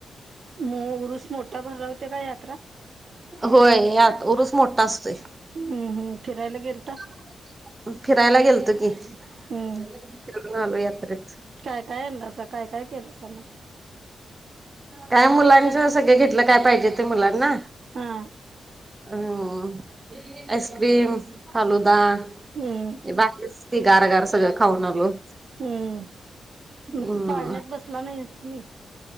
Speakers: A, on the right; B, on the right.
A: म उरुस मोठा भरवते का यात्रा?
B: होय यात उरूस मोठा असतोय.
A: हम्म हम्म फिरायला
B: <inaudible>
A: गेलता
B: फिरायला गेलतो की. <inaudible>
A: हम्म
B: फिरून आलो यात्रेत.
A: काय काय आणलंसा? काय काय केलंस मग?
B: काय मुलांच सगळं घेतलं. काय पाहिजे ते मुलांना
A: हा.
B: अं आईस्क्रीम, फालुदा,
A: हम्म
B: ते बाकी ती गार गार सगळं खाऊन आलो.
A: हम्. <inaudible> मग
B: हम्म
A: पाळण्यात बसला नाहीत तुम्ही?